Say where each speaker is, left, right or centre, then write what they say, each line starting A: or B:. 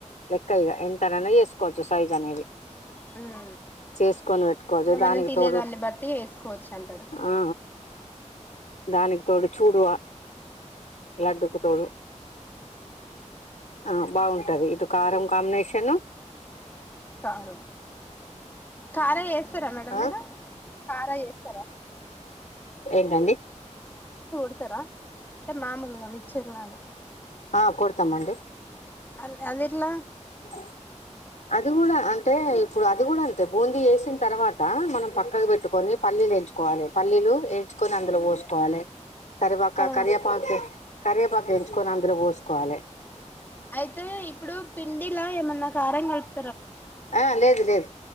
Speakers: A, on the left; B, on the left.
A: లెక్క ఇగ ఎంతనన్న చేసుకోవచ్చు సైజ్ అనేది.
B: ఉమ్
A: చేసుకొని పెట్టుకోవచ్చు
B: ఇంకా మనం
A: దానికి
B: తినేదాన్ని
A: తోడు
B: బట్టి చేసుకోవచ్చు అంటారు.
A: ఆ దానికి తోడు చూడువా లడ్డుకు తోడు. ఆహ్. బాగుంటది ఇటు కారం కాంబినేషను
B: కారం కారా చేస్తారా మేడం
A: ఆ
B: మీరు కారా చేస్త
A: ఏంటండి
B: ఇచ్చేరా అంటే మామూలుగా మిచ్చర్లాగా
A: ఆ కొడతామండి
B: అల్ అదెట్ల
A: ఆ అది కూడా అంటే ఇప్పుడు అది కూడా అంతే బూందీ వేసిన తర్వాత మనం పక్కకు పెట్టుకొని పల్లీలు ఎయించుకోవాలి పల్లీలు ఎంచుకొని అందులో పోసుకోవాలె కరిపాకా
B: ఆ
A: కరేపాకు కరేపాకెంచుకొని అందులో బోసుకోవాలె
B: అయితే ఇప్పుడు పిండిలా ఏమన్నా కారం కలపు
A: ఆ లేదు లేదు